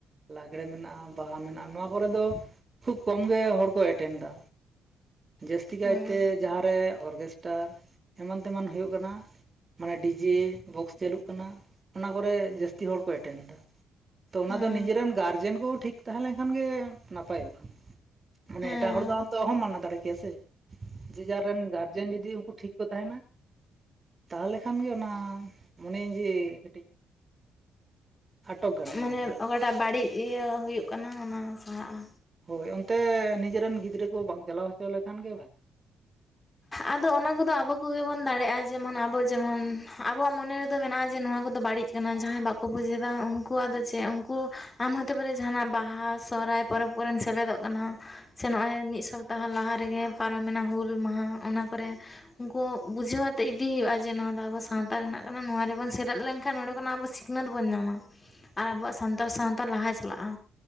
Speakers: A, on the right; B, on the left.
A: ᱞᱟᱜᱽᱲᱮ ᱢᱮᱱᱟᱜ-ᱟ ᱵᱟᱦᱟ ᱢᱮᱱᱟᱜ-ᱟ ᱱᱚᱣᱟ ᱠᱚᱨᱮ ᱫᱚ ᱠᱷᱩᱵ ᱠᱚᱢᱜᱮ ᱦᱚᱲᱠᱚ ᱮᱴᱮᱱᱫᱟ ᱡᱟᱹᱥᱛᱤ ᱠᱟᱭᱛᱮ
B: ᱦᱮᱸ
A: ᱡᱟᱦᱟᱸ ᱨᱮ ᱚᱨᱜᱮᱥᱴᱟᱨ ᱮᱢᱟᱱ ᱛᱮᱢᱟᱱ ᱦᱩᱭᱩᱜ ᱠᱟᱱᱟ ᱢᱟᱱᱮ ᱰᱤᱡᱮ ᱵᱚᱠᱥ ᱪᱟᱹᱞᱩᱜ ᱠᱟᱱᱟ ᱚᱱᱟ ᱠᱚᱨᱮ ᱡᱟᱹᱥᱛᱤ ᱦᱚᱲ ᱠᱚ ᱮᱴᱮᱱ ᱮᱫᱟ ᱛᱚ ᱚᱱᱟ
B: ᱦᱮᱸ
A: ᱫᱚ ᱱᱤᱡᱮ ᱨᱮᱱ ᱜᱟᱨᱡᱮᱱ ᱠᱚ ᱴᱷᱤᱠ ᱛᱟᱦᱮ ᱞᱮᱱᱠᱷᱟᱱ ᱜᱮ ᱱᱟᱯᱟᱭᱚᱜ-ᱟ᱾ ᱢᱟᱱᱮ
B: ᱦᱮᱸ
A: ᱮᱴᱟᱜ ᱦᱚᱲ ᱫᱚ ᱟᱢ ᱫᱚ ᱚᱦᱚᱢ ᱢᱟᱱᱟ ᱫᱟᱲᱮ ᱠᱮᱭᱟ ᱥᱮ ᱡᱮᱡᱟᱨ ᱨᱮᱱ ᱜᱟᱨᱡᱮᱱ ᱡᱚᱫᱤ ᱩᱱᱠᱩ ᱴᱷᱤᱠ ᱠᱚ ᱛᱟᱦᱮᱱᱟ ᱛᱟᱦᱚᱞᱮ ᱠᱷᱟᱱ ᱜᱮ ᱚᱱᱟ ᱢᱚᱱᱮᱭᱟᱹᱧ ᱡᱮ ᱠᱟᱹᱴᱤᱡ ᱟᱴᱚᱠ ᱜᱟᱱᱚᱜᱼᱟ
B: ᱢᱟᱱᱮ
A: ᱚᱱᱠᱟᱱᱟᱜ
B: ᱚᱠᱟᱴᱟᱜ ᱵᱟᱹᱲᱤᱡ ᱤᱭᱟᱹ ᱦᱩᱭᱩᱜ ᱠᱟᱱᱟ ᱚᱱᱟ ᱥᱟᱦᱟᱜ-ᱟ
A: ᱦᱳᱭ ᱚᱱᱛᱮ ᱱᱤᱡᱮ ᱨᱮᱱ ᱜᱤᱫᱽᱨᱟᱹ ᱠᱚ ᱵᱟᱝ ᱪᱟᱞᱟᱣ ᱦᱚᱪᱚ ᱞᱮᱠᱷᱟᱱ ᱜᱮ ᱵᱷᱟᱜᱤ
B: ᱟᱫᱚ ᱚᱱᱟ ᱠᱚᱫᱚ ᱟᱵᱚ ᱠᱚᱜᱮ ᱵᱚᱱ ᱫᱟᱲᱮᱭᱟᱜ-ᱟ ᱡᱮᱢᱚᱱ ᱟᱵᱚ ᱡᱮᱢᱚᱱ ᱟᱵᱚᱣᱟᱜ ᱢᱚᱱᱮ ᱨᱮᱫᱚ ᱢᱮᱱᱟᱜ-ᱟ ᱡᱮ ᱱᱚᱣᱟ ᱠᱚᱫᱚ ᱵᱟᱹᱲᱤᱡ ᱮᱱᱟᱝ ᱡᱟᱦᱟᱸᱭ ᱵᱟᱠᱚ ᱵᱩᱡ ᱮᱫᱟ ᱩᱱᱠᱩᱣᱟᱜ ᱫᱚ ᱪᱮᱫ ᱩᱱᱠᱩ ᱟᱢ ᱦᱚᱛᱚ ᱵᱟᱨᱮ ᱡᱟᱦᱟᱱᱟᱜ ᱵᱟᱦᱟ ᱥᱚᱦᱦᱟᱭ ᱯᱚᱨᱮ ᱯᱚᱨᱮᱢ ᱥᱮᱞᱮᱫᱚᱜ ᱠᱟᱱᱟ ᱥᱮ ᱱᱚᱜ-ᱚᱭ ᱢᱤᱫ ᱥᱚᱵᱛᱟᱦᱚ ᱞᱟᱦᱟ ᱨᱮᱜᱮ ᱯᱟᱨᱚᱢᱮᱱᱟ ᱦᱩᱞ ᱢᱟᱦᱟ ᱚᱱᱟ ᱠᱚᱨᱮ ᱩᱱᱠᱩ ᱵᱩᱡᱷᱟᱹᱣ ᱟᱛᱮ ᱤᱫᱤ ᱦᱩᱭᱩᱜ-ᱟ ᱡᱮ ᱱᱚᱣᱟ ᱫᱚ ᱟᱵᱚ ᱥᱟᱶᱛᱟ ᱨᱮᱱᱟᱜ ᱠᱟᱱᱟ ᱱᱚᱣᱟ ᱨᱮᱵᱚᱱ ᱥᱮᱞᱮᱫ ᱞᱮᱱᱠᱷᱟᱱ ᱱᱚᱸᱰᱮ ᱠᱷᱚᱱᱟᱜ ᱟᱵᱚ ᱥᱮ ᱟᱱᱟ ᱫᱚᱵᱚᱱ ᱧᱟᱢᱟ
A: <inaudible>
B: ᱟ ᱟᱵᱚᱣᱟᱜ ᱥᱟᱱᱛᱟᱲ ᱥᱟᱶᱛᱟ ᱞᱟᱦᱟ ᱪᱟᱞᱟᱜ-ᱟ